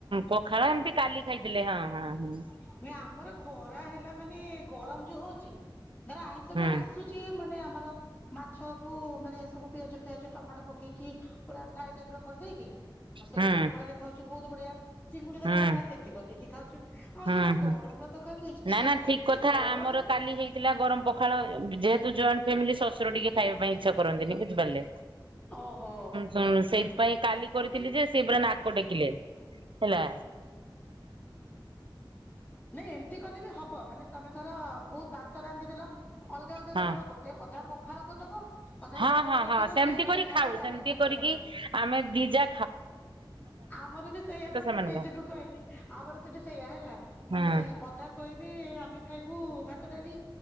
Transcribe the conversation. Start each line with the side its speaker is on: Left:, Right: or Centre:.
Right: ପଖାଳ ଏମିତି କାଲି ଖାଇଥିଲେ ହଁ- ହଁ -ହଁ।
Left: ନ ଆମର ଖରା ହେଲା ମାନେ ଗରମ୍ ଯଉ ହଉଚି ଧର ଆଇଁଷ
Right: ହୁଁ
Left: ବି ଆସୁ ଚି ମାନେ ଆମର ମାଛକୁ ମାନେ ଏ ସବୁ ପିଆଜ ଫିଆଜ ଟମାଟୋ ପକେଇକି ପୁରା ଫ୍ରାଏ ଟାଇପ୍ ର କରିଦେଇକି ହଁ ସେଇଟା
Right: ହୁଁ
Left: ପଖାଳରେ ଖାଉଚୁ ବହୁତ୍ ବଢିଆ ଚିଙ୍ଗୁଡି ଥରେ
Right: ହୁଁ
Left: ଆସିଲା ସେମିତି କରିଦେଇକି ଖାଉଚୁ। ଆଉ
Right: ହୁଁ
Left: ଯମା
Right: ହୁଁ।
Left: ଗରମ୍ ଭାତ ଖାଇବାକୁ ଇଚ୍ଛା
Right: ନା ନା
Left: ହଉନି
Right: ଠିକ
Left: ଏତେ
Right: କଥା
Left: ଗରମ୍
Right: ଆମର କାଲି ହେଇଥିଲା ଗରମ୍ ପ ପଖାଳ ଯେହେତୁ ଜଏଣ୍ଟ୍ ଫ୍ୟାମିଲି ଶଶୁର ଟିକେ ଖାଇବା ପାଇଁ ଇଚ୍ଛା କରନ୍ତିନି ବୁଝିପାରିଲେ।
Left: ଓହୋ।
Right: ହଁ ସେଇଥିପାଇଁ କାଲି କରିଥିଲି ଯେ ସେ ପୁରା ନାକ ଟେକିଲେ। ହେଲା।
Left: <inaudible> ନାଇଁ ଏମିତି କଲେ ବି ହବ ମାନେ ତମେ ଧର ବହୁତ୍ ଭାତ ରାନ୍ଧି ଦେଲ ଅଲଗା ଅଲଗା
Right: ହଁ
Left: କରିଦବ ଗୋ ଅଧା ପଖାଳ କରିଦବ ଅଧା
Right: ହଁ
Left: ଗରମ୍
Right: ହଁ
Left: ରଖିଦବ
Right: ହଁ ସେମିତି
Left: ଯଉମାନେ
Right: କରି
Left: ଖାଇବେ
Right: ଖାଉ
Left: ଡାଲି
Right: ସେମିତି
Left: ଗୋଟେ
Right: କରିକି
Left: କରିଦବ।
Right: ଆମେ ଦି ଜା
Left: ଆମର ବି ସେଇଆ ତ
Right: ସେମାନେ
Left: ମୁଁ ସେଇ
Right: ଖାଉ।
Left: ଯୋଗୁ କୁ କହିଲି ଆମର ସେଠି ସେଇଆ ହେଲା।
Right: ହଁ
Left: ମାନେ ଅଧା କହିବେ ଆମେ ଖାଇବୁ ଭାତ ଡାଲି